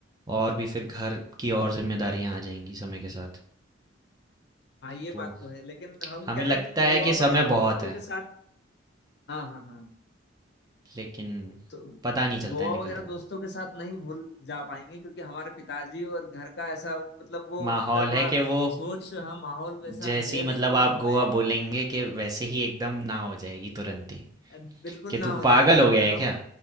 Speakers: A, on the right; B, on the left.
A: और भी फिर घर की और जिम्मेदारियां आ जाएंगी समय के साथ
B: हाँ ये
A: तो
B: बात तो है लेकिन हम
A: हमें
B: क्या
A: लगता
B: है कि
A: है
B: गोवा
A: कि समय
B: वगैरह
A: बहुत
B: दोस्तों
A: है
B: के साथ हाँ हाँ हाँ
A: लेकिन
B: तो
A: पता नहीं चलता
B: गोवा
A: है निकलता
B: वगैरह
A: हुआ
B: दोस्तों के साथ नहीं भूल जा पाएंगे क्योंकि हमारे पिताजी और घर का ऐसा वो- मतलब वो
A: माहौल
B: उनका थोड़ा
A: है कि वो
B: सोच हम माहौल वैसा
A: जैसे
B: है
A: ही मतलब
B: नहीं कि
A: आप
B: वो हमें
A: गोवा बोलेंगे कि वैसे ही एकदम ना हो जाएगी तुरंत ही
B: अ, बिल्कुल
A: कि तू
B: ना हो
A: पागल
B: जाएगी
A: हो गया
B: और
A: है
B: हम
A: क्या